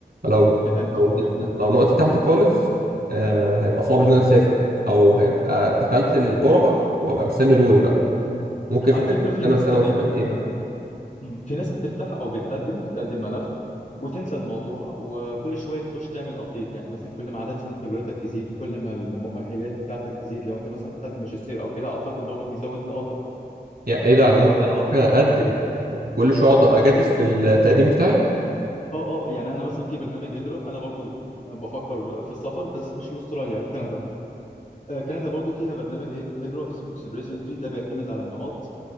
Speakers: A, on the right; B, on the left.
A: لو
B: فهمتك
A: لو
B: فهمتك
A: لو
B: اه
A: نقطتي تحت خالص آه هيبقى صعب ان انا اسافر او هيبقى دخلت القرعه وابقى مستني دوري بقى ممكن
B: على
A: في ناس
B: فكرة في
A: انا
B: ناس
A: بستنى
B: تقريبا
A: وسنتين
B: مم، في ناس بتفتح او بتقدم بتقدم ملف وتنسى الموضوع وكل شوية تخش تعمل ابديت يعني مثلا كل ما عدد سنين خبرتك يزيد كل ما المؤهلات بتاعتك تزيد لو انت مثلا اخدت ماجستير او كده اعتقد برضو بيزود نقاطك
A: يعني ايه ده انا
B: وبرضو
A: مو- انا ممكن اقدم وكل شويه اقعد
B: مم.
A: اجدد في التقديم بتاعي
B: اه اه يعني انا مثلا في برنامج هجرة انا برضو آه، بفكر في السفر بس مش لاستراليا لكندا آه، كندا برضو فيها برنامج هج- هجرة اسمه اكسبريس انتري ده بيعتمد على النقاط